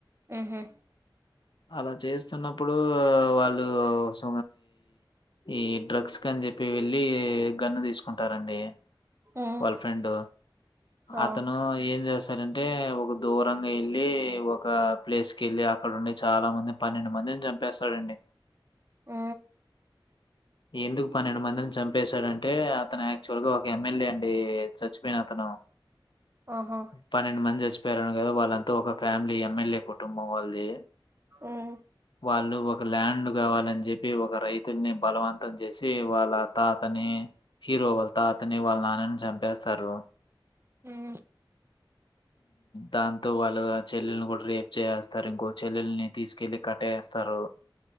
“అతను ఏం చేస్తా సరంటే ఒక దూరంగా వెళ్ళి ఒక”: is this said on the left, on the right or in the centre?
Left